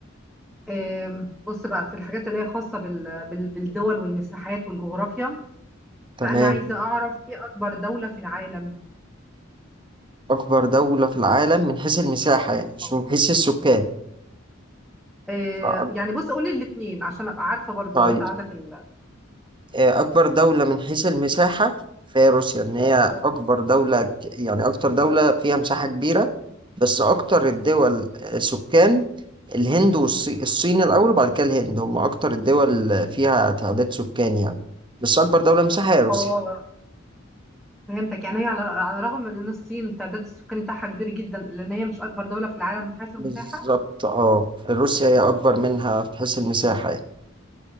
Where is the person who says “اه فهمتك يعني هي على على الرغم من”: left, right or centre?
Centre